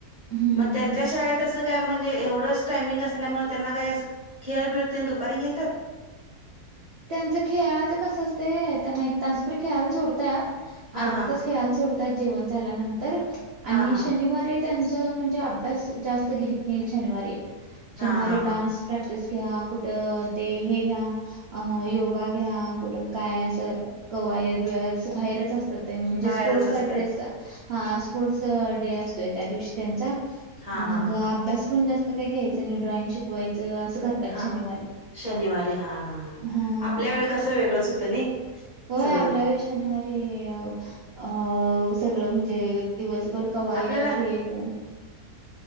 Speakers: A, on the right; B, on the left.
A: हम्म
B: म त्यांच्या शाळेत अस काय म्हणजे एवढंच टायमिंग असल्यामुळे, त्यांना काय अस खेळ बिळ दुपारी घेतात.
A: त्यांचं खेळाच कसं असतय. त्यांना एक तास भर खेळाल सोडत्यात.
B: हा
A: अर्ध
B: हा
A: तास खेळाल सोडतात. जेवण झाल्यानंतर. आणि
B: हा हा
A: शनिवारी त्यांच म्हणजे अभ्यास जास्त घेत नाही शनिवारी.
B: हा
A: शनवारी
B: हा हा
A: डान्स प्रॅक्टिस घ्या कुठं ते हे घ्या. अ योगा घ्या कुटं काय असं कवायत बिवायत असं बाहेरच असत्यात त्यांनी म्हणजे
B: बाहेरच
A: स्पोर्टसचा
B: असत्यात.
A: ड्रेस हा स्पोर्टस डे असतोय त्या दिवशी त्यांचा
B: हा
A: मग
B: हा हा
A: अभ्यास पण जास्त काय घ्यायचं नाही ड्रॉइंग शिकवायचं असं करत्यात
B: हा
A: शनिवारी
B: शनिवारी हा हा हां
A: हा
B: आपल्या वेळी कसं वेगळंच होतं नाही
A: होय
B: सगळं
A: आपल्या वेळी शनिवारी अं सगळं म्हणजे दिवसभर कवायत
B: आपल्याला
A: हे ते